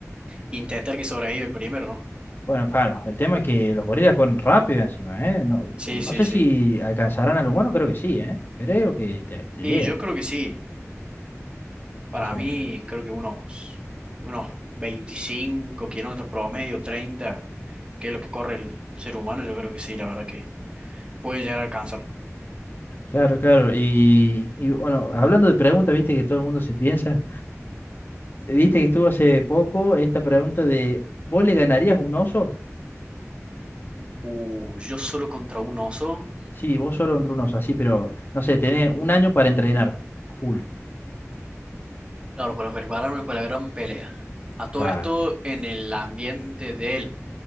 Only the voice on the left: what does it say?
Bueno, claro, el tema es que los gorilas corren rápido encima, ¿eh? No,
no
sé
si alcanzarán al humano, creo que sí, ¿eh? Creo que te, te
llega,
si se
me
Claro, claro. Y, y, bueno, hablando de preguntas, viste que todo el mundo se piensa. Viste que estuvo hace poco esta pregunta de, ¿vos le ganarías a un oso?
Sí, vos solo contra un oso, así, pero no sé, tenés un año para entrenar a full.
Claro.